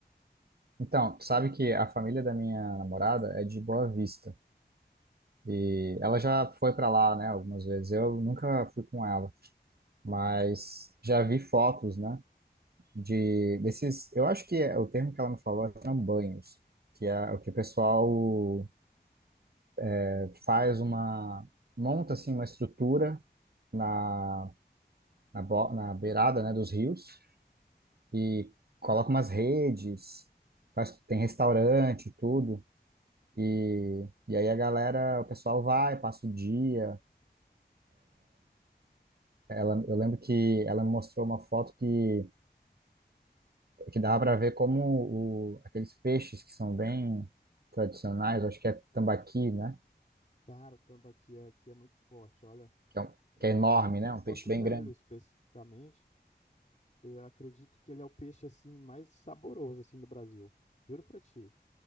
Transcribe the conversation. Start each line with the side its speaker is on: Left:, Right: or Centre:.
Right: Então, tu sabe que a família da minha namorada é de Boa Vista. E ela já foi para lá, né, algumas vezes. Eu nunca fui com ela, mas já vi fotos, né, de desses, eu acho que é, o termo que ela me falou são banhos, que é o que o pessoal é, faz uma monta assim uma estrutura na na, bo- na beirada, né, dos rios e coloca umas redes, faz tem restaurante, e tudo. E, e aí a galera, o pessoal vai, passa o dia. Ela, eu lembro que ela me mostrou uma foto que, que dava para ver como o, aqueles peixes que são bem tradicionais, acho que é tambaqui, né?
Left: Cara, o tambaqui é- aqui é muito forte, olha.
Right: Que é, um-
Left: É,
Right: que é enorme,
Left: aqui
Right: né?
Left: em
Right: Um
Left: Porto
Right: peixe bem
Left: Velho,
Right: grande.
Left: especificamente, eu acredito que ele é o peixe assim mais saboroso assim do Brasil. Juro pra ti.